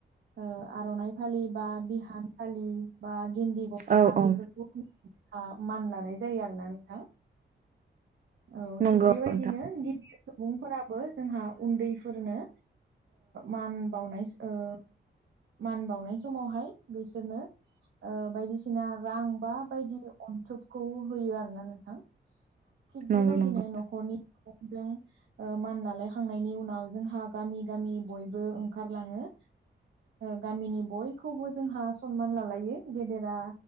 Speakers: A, on the right; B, on the right.
A: ओ आर'नाइ फालि बा बिहान फालि बा गिन्दि गस्ला
B: औ
A: बेफोरखौ
B: औ
A: आ मान लानाय जायो आरो ना औ
B: नंगौ
A: थिग बेबायदिनो
B: नोंथां
A: <unintelligible> सुबुंफोराबो जोंहा उन्दैफोरनो मान ओ बाउनाय ओ मान बाउनाय समावहाय बिसोरनो बायदिसिना रां बा बायदि अन्थोबखौ होयो आरोना नोंथां थिक
B: नंगौ
A: बेबायदिनो
B: नंगौ
A: नखरनि <unintelligible> मान लालायखांनायनि उनाव जोंहा गामि गामि बयबो ओंखारलाङो गामिनि बयखौबो जोंहा सनमान लालायो गेदेरा